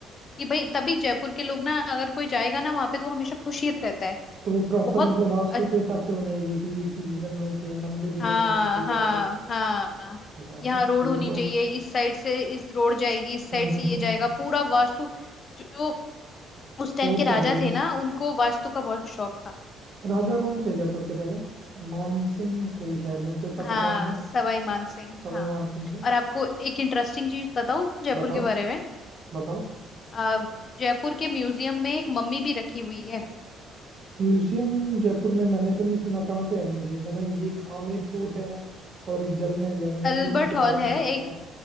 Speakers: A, on the left; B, on the right.
A: कि भाई तभी जयपुर के लोग ना अगर कोई जाएगा ना वहां पे तो वो हमेशा खुश ही रहता है
B: तो वो प्रॉपर
A: बहुत
B: मतलब वास्तु
A: अच्छ-
B: के हिसाब से बनाई हुई है कि ये चीज इधर होना चाहिए मंदिर इधर
A: हाँ
B: होना चाहिए
A: हाँ
B: ऐसे
A: हाँ
B: वाह
A: यहाँ
B: यार
A: रोड
B: ये
A: होनी
B: तो
A: चाहिए इस साइड से इस रोड जाएगी इस साइड
B: हम्म
A: से
B: हम्म
A: ये
B: हम्म
A: जाएगा पूरा वास्तु जो उस टाइम
B: वो
A: के राजा
B: तो है ही
A: थे ना उनको वास्तु का बहुत शौक था
B: राजा कौन थे जयपुर के पहले मान सिंह थे शायद मेरे को इतना
A: हाँ
B: पता नहीं है
A: सवाई मान सिंह
B: सवाई
A: हाँ
B: मान सिंह थे
A: और आपको एक इंटरेस्टिंग चीज बताऊं जयपुर
B: बताओ
A: के बारे में
B: बताओ
A: अ, जयपुर के म्यूजियम में एक मम्मी भी रखी हुई है
B: म्यूजियम जयपुर में मैंने तो नहीं सुना कहाँ पे है म्यूजियम मैंने ये एक आमेर फोर्ट है और एक जल महल है मैंने
A: अल्बर्ट
B: इन दोनों के
A: हॉल
B: बारे
A: है
B: में तो सुना
A: एक